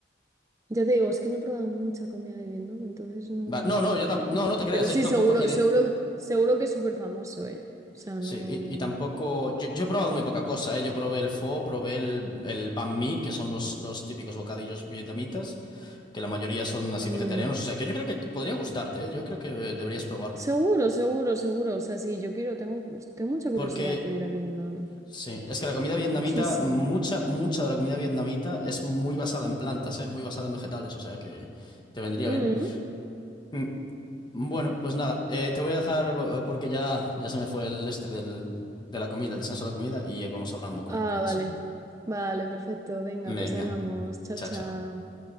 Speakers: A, on the right; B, on the left.
A: Ya te digo, es que no he probado mucha comida de Vietnam, entonces no.
B: Va, no, no, yo tam- no,
A: No,
B: no te creas,
A: pero
B: eh,
A: sí,
B: yo tampoco,
A: seguro,
B: y de
A: seguro, seguro que es súper famoso, ¿eh? O sea,
B: sí,
A: no.
B: y, y tampoco. Yo, yo he probado muy poca cosa, eh. Yo probé el pho, probé el, el banh mi, que son los, los típicos bocadillos vietnamitas, que la mayoría son así
A: mm,
B: vegetarianos. O sea que yo creo que podría gustarte, eh. Yo creo que eh, deberías probar.
A: Seguro, seguro, seguro. O sea, sí, yo quiero, tengo, tengo mucha
B: Porque,
A: curiosidad por ir a Vietnam.
B: sí, es que la comida vietnamita,
A: Muchísima.
B: mucha, mucha de la comida vietnamita es muy basada en plantas, ¿eh? Muy basada en vegetales, o sea que te vendría
A: Mm.
B: bien. Mm, Bueno, pues nada, eh, te voy a dejar eh, porque ya, ya se me fue el este del, de la comida, el descanso de la comida, y eh, vamos hablando
A: Ah,
B: cuando puedas,
A: vale.
B: ¿sí?
A: Vale, perfecto. Venga,
B: Venga,
A: pues hablamos. Chao,
B: chao,
A: chao.
B: chao.